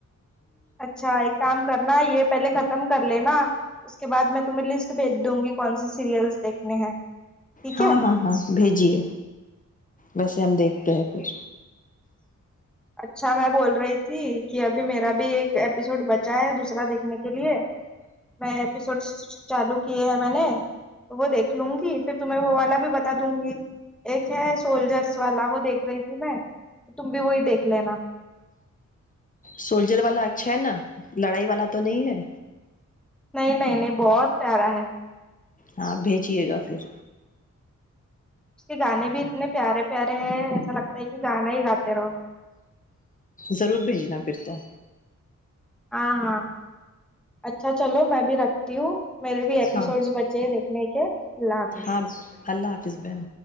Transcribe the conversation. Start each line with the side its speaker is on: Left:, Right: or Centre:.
Centre: اچھا ایک کام کرنا ہے یہ پہلے ختم کر لینا اس کے بعد میں تمہیں لسٹ بھیج دوں گی کون سی سیریلس دیکھنے ہیں <unintelligible>
Left: ہاں
Centre: ہے
Left: ہاں ہاں بھیجیے ویسے ہم دیکھ ت پھر
Centre: اچھا میں بول رہی تھی کہ ابھی میرا بھی ایک ایپیسوڈ بچا ہے دوسرا دیکھنے کے لیے میں ایپیسوڈ چالو کیے ہیں میں نے وہ دیکھ لوں گی پھر تمہیں وہ والا بھی بتا دوں گی ایک ہے سولجرس والا وہ دیکھ رہی تھی میں تم بھی وہی دیکھ رک لینا
Left: سولجر والا اچھا ہے نا لڑائی والا تو نہیں ہے
Centre: نہیں نہیں نہیں بہت پیارا ہے
Left: ہاں بھیجیے گا پھر
Centre: اس کے گانے بھی اتنے پیارے پیارے ہیں ایسا لگتا ہے کہ گانا ہی گاتے رہو
Left: ضرور بھیجنا پھر تو
Centre: ہاں ہاں اچھا چلو میں بھی رکھتی ہوں میرے بھی ایپیسوڈز
Left: ہاں
Centre: بچے دیکھنے کے اللہ حافظ
Left: ہاں اللہ حافظ بہن